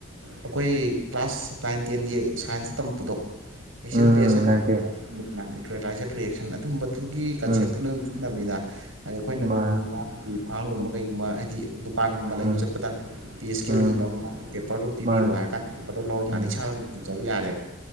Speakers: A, on the right; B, on the right.
A: ꯑꯩꯈꯣꯏ ꯀ꯭ꯂꯥꯁ ꯅꯥꯏꯟ ꯇꯦꯟꯒꯤ ꯁꯥꯏꯟꯁꯇ ꯇꯝꯃꯛꯄꯗꯣ ꯑꯦꯁꯤꯠ
B: ꯎꯝ
A: ꯕꯦꯁ ꯑꯦꯟ
B: ꯅꯥꯏꯟꯇꯤꯟ
A: ꯅ꯭ꯌꯨꯇ꯭ꯔꯦꯂꯥꯏꯖꯔꯠ ꯔꯤꯌꯦꯁꯟ ꯑꯗꯨꯝꯕꯗꯨꯒꯤ ꯀꯟꯁꯦꯞꯇꯨꯅ
B: ꯎꯝ
A: ꯑꯗꯨꯝ ꯁꯤꯖꯤꯟꯅꯕꯅꯤꯗ꯫ ꯍꯥꯏꯗꯤ ꯑꯈꯣꯏꯅ
B: ꯃꯥꯅꯦ
A: ꯑꯗꯨꯝ ꯉꯥ ꯐꯥꯝꯒꯨꯝꯕ ꯀꯩꯒꯨꯝꯕ ꯍꯥꯏꯗꯤ ꯗꯨꯀꯥꯟꯒꯨꯝꯕ ꯂꯩꯕ
B: ꯎꯝ
A: ꯆꯠꯄꯗ ꯄꯤ ꯑꯦꯁ ꯀꯦ
B: ꯎꯝ
A: ꯑꯦꯜ ꯌꯦꯡꯅꯕ ꯑꯃ ꯃꯥ ꯄꯦꯄꯔꯗꯣ ꯄꯤꯕꯤꯌꯣ
B: ꯃꯥꯅꯦ
A: ꯍꯥꯏꯔ ꯀꯥꯟꯗ ꯄꯣꯠꯇꯣ ꯂꯧꯔꯀꯥꯟꯗ
B: ꯎꯝ
A: ꯏꯁꯥꯅ ꯑꯗꯨꯝ ꯄꯤꯖꯕ ꯌꯥꯔꯦꯕ